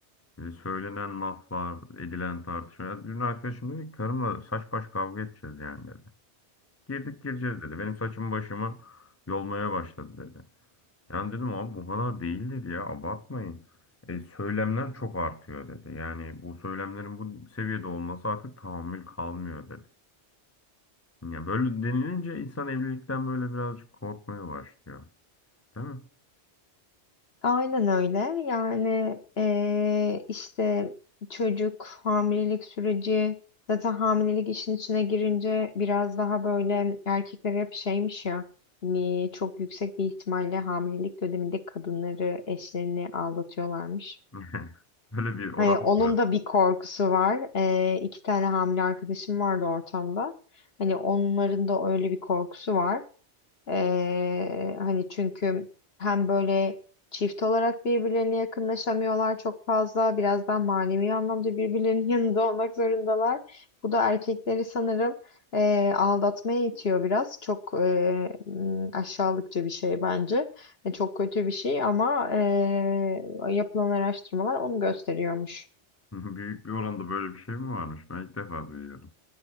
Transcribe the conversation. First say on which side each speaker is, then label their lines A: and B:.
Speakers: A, on the left (about 15°); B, on the left (about 60°).
A: Ee, söylenen laflar, edilen tartışmalar. Dün arkadaşım dedi ki karımla saç baş kavga edeceğiz yani dedi. Girdik gireceğiz dedi. Benim saçımı başımı yolmaya başladı dedi. Yani dedim abi bu kadar değildir ya abartmayın. E, söylemler çok artıyor dedi. Yani bu söylemlerin bu seviyede olması artık tahammül kalmıyor dedi. Ya böyle denilince insan evlilikten böyle birazcık korkmaya başlıyor. Değil mi?
B: Aynen öyle. Yani eee, işte çocuk hamilelik süreci zaten hamilelik işin içine girince biraz daha böyle erkekler hep şeymiş ya hani çok yüksek bir ihtimalle hamilelik döneminde kadınları eşlerini aldatıyorlarmış.
A: <laughs> Böyle bir oran
B: Hani onun
A: mı var.
B: da bir korkusu var. Eee iki tane hamile arkadaşım vardı ortamda. Hani onların da öyle bir korkusu var. Ee, hani çünkü hem böyle çift olarak birbirlerine yakınlaşamıyorlar çok fazla. Biraz daha manevi anlamda birbirlerinin <laughs> yanında olmak zorundalar. Bu da erkekleri sanırım ee, aldatmaya itiyor biraz. Çok ee, m, aşağılıkça bir şey bence. E, çok kötü bir şey ama ee, yapılan araştırmalar onu gösteriyormuş.
A: <laughs> Büyük bir oranda böyle bir şey mi varmış? Ben ilk defa duyuyorum.